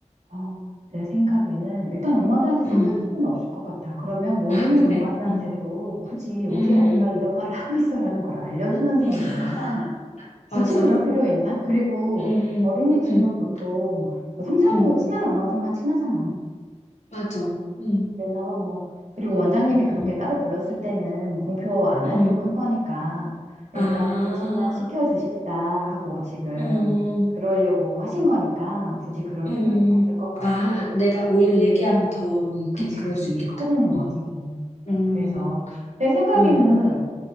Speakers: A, on the right; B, on the left.
A: 어, 내 생각에는 일단 엄마들한테 사과할
B: 음.
A: 필요는 없을 것 같아. 그러면 모르는
B: 아, 그래?
A: 엄마들한테도
B: 음.
A: 굳이 우리
B: 음.
A: 아이가 이런 말을 하고 있어라는 걸 알려주는 셈이
B: 음. <laughs>
A: 되잖아. 굳이
B: 맞아.
A: 그럴 필요 있나? 그리고
B: 음.
A: 어린이집은
B: 음. 음.
A: 보통 뭐 삼삼오오
B: 응,
A: 친한 엄마들만 친하잖아.
B: 맞아. 응,
A: 그래서 뭐 그리고 원장님이 그렇게
B: 응,
A: 따로 불렀을 때는 공표 안
B: 응.
A: 하려고 한 거니까 일단
B: 아,
A: 조심만 시켜주십사 하고 지금
B: 음,
A: 그러려고 하신 거니까 굳이 그럴
B: 음.
A: 필요는 없을 것 같고.
B: 아, 내가 오히려 얘기하면 더 이렇게
A: 그치,
B: 그럴
A: 그치.
B: 수
A: 일이
B: 있겠다.
A: 커지는 거지.
B: 응, 응.
A: 그래서 내 생각에는
B: 응,